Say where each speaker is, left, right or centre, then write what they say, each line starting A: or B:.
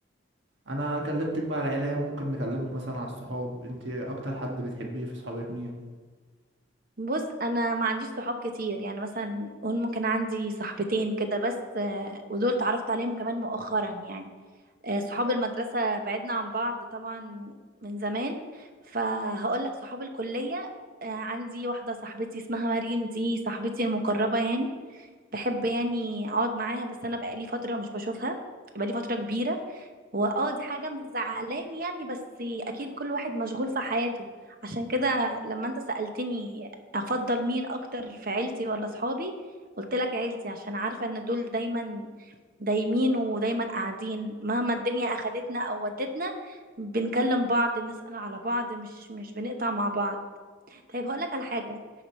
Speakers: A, on the right (about 70°); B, on the right (about 50°).
A: انا كلمتك بقى على العيلة ممكن نكلمك مثلا على الصحاب انت اكتر حد بتحبيه في صحابك مين
B: بص انا ما عنديش صحاب كتير يعني مثلا قول ممكن عندي صاحبتين كده بس آه، ودول اتعرفت عليهم كمان مؤخرا يعني آه، صحاب المدرسة بعدنا عن بعض طبعا من زمان فهقول لك صحاب الكلية آه، عندي واحدة صاحبتي اسمها مريم دي صاحبتي المقربة يعني بحب يعني اقعد معاها بس انا بقالي فترة مش بشوفها بقالي فترة كبيرة هو اه دي حاجة مزعلاني يعني بس اكيد كل واحد مشغول في حياته عشان كده لما انت سألتني افضل مين اكتر في عيلتي ولا صحابي قلت لك عيلتي عشان عارفة ان دول دايما دايمين ودايما قاعدين مهما الدنيا اخدتنا او ودتنا بنكلم بعض نسأل على بعض مش مش بنقطع مع بعض طيب هقول لك على حاجة